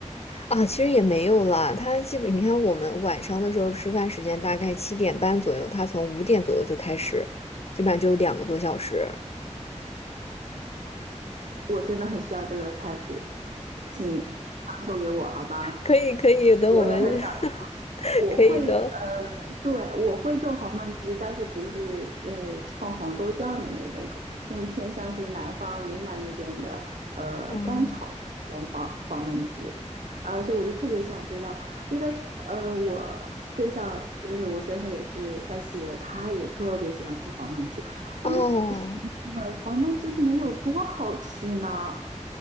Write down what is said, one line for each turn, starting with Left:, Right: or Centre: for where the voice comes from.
Left: 啊，其实也没有啦。他基本，你看我们晚上的时候吃饭时间大概七点半左右，他从五点左右就开始，基本上就有两个多小时。
Right: 我真的很需要这个菜谱，请发送给我好吧？
Left: 可以，可以，等我们
Right: 我也很想。
Left: <laughs>，
Right: 我会呃，
Left: 可以的。
Right: 对，我会做黄焖鸡，但是不是呃放黄豆酱的那种，更更偏向是南方云南那边的呃干炒的那种黄黄焖鸡，
Left: 嗯，
Right: 啊，所以我就特别想知道，因为呃我对象就是我先生也是山西人，他也特别喜欢吃黄焖鸡，
Left: 哦，
Right: 我就问黄焖鸡能有多好吃呢？